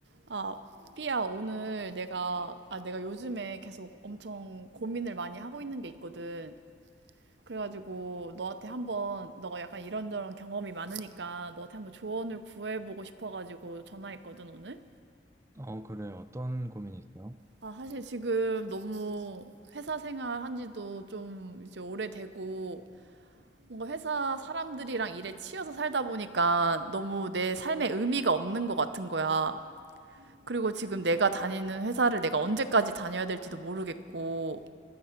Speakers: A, on the right (about 70°); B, on the right (about 15°).
A: 아, 삐야, 오늘 내가, 아, 내가 요즘에 계속 엄청 고민을 많이 하고 있는 게 있거든. 그래가지고 너한테 한번, 너가 약간 이런저런 경험이 많으니까 너한테 한번 조언을 구해보고 싶어가지고 전화했거든, 오늘.
B: 어, 그래. 어떤 고민이 있어요?
A: 아, 사실 지금 너무 회사 생활 한 지도 좀 이제 오래되고, 뭔가 회사 사람들이랑 일에 치여서 살다 보니까 너무 내 삶에 의미가 없는 것 같은 거야. 그리고 지금 내가 다니는 회사를 내가 언제까지 다녀야 될지도 모르겠고,